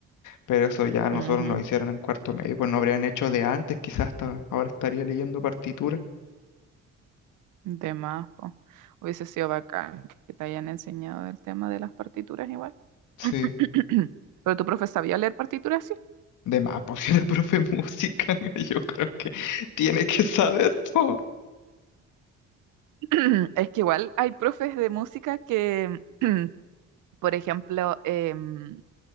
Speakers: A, on the left (about 85°); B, on the right (about 85°).
A: Pero eso ya nosotros
B: ujú.
A: nos hicieron en cuarto medio, pues no habrían hecho de antes, quizás hasta ahora estaría leyendo partitura.
B: De más, po. Hubiese sido bacán que te hayan enseñado el tema de las partituras igual.
A: Sí,
B: <clears throat> Pero tu profe sabía leer partituras, sí.
A: de más, <laughs> pues si era profe de música, <laughs> yo creo que tiene que saber, po.
B: <clears throat> Es que igual hay profes de música que, <clears throat> por ejemplo, em,